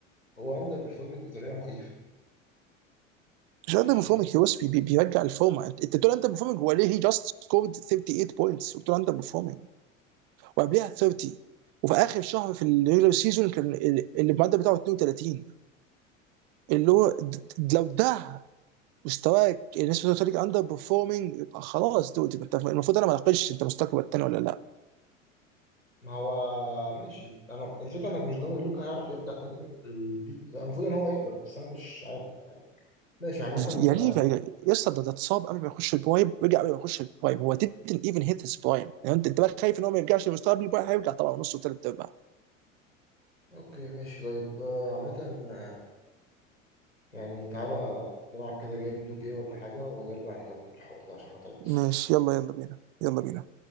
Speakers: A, on the left; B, on the right.
A: هو اندر بيرفورمنج بطريقه مخيفه
B: مش
A: ماشي
B: اندر بيرفورمينج هو بس بي- بيرجع الفورمه انت انت بتقول اندر بيرفورمينج هو ليه هي جاست سكورد 38 بوينتس وبتقول اندر بيرفورمينج وقبلها 30 وفي اخر شهر في الريجولر سيزون كان ال- المعدل بتاعه 32 اللي هو د- لو ده مستواك الناس بتقول لك اندر بيرفورمينج يبقى خلاص دود يبقى انت المفروض انا ما اناقشش انت مستواك الثاني ولا لا
A: ما هو ماشي انا الفكره انك مش ضامن لوكا هيعرف يرجع تاني للبيك بتاع المفروض ان هو يقدر بس انا مش عارف يعني ماشي عامه
B: يعني
A: آه،
B: ايه؟ يعني يا اسطى ده ده اتصاب قبل ما يخش البرايم رجع قبل ما يخش البرايم هو didn't even hit his prime يعني انت انت بقى خايف ان هو ما يرجعش لمستوى قبل البرايم هيرجع طبعا نص وثلاث ارباع
A: اوكي ماشي طيب آه، عامه آه، يعني تعالى نلعب كده جيم 2K ولا حاجه ونرجع نكمل الحوار ده عشان انا تعبت الصراحه
B: ماشي يلا يلا بينا يلا بينا